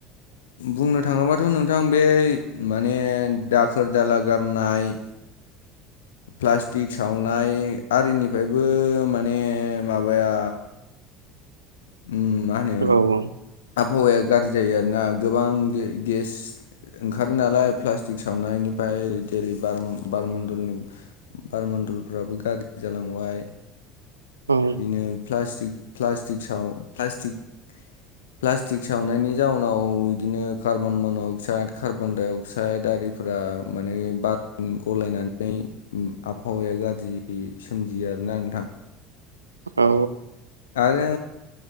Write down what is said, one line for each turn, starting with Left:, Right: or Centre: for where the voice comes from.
Left: बुंनो थाङोबाथ' नोंथां, बे माने दाखोर -दाला <unintelligible> <unintelligible> प्लास्टिक सावनाय आरिनिफ्रायबो माने माबाया उम मा होनो
Right: औ।
Left: आबहावाया गाज्रि जायो आरोना गोबां गेस ओंखारो नालाय प्लास्टिक सावनायनिफ्राय, जेरै बार बारमडलनि बारमण्डलफ्राबो गाज्रि जालांबाय।
Right: औ
Left: बिदिनो प्लास्टिक-प्लास प्लास्टिक साव प्लास्टिक प्लास्टिक सावनायनि जाउनाव बिदिनो carbon - monoxide, carbon- -dioxide आरो <unintelligible> माने बारदो गलायनानै आबहावाया गाज्रि सोमजियो। <unintelligible> आरोना नोंथां।
Right: औ।
Left: आरो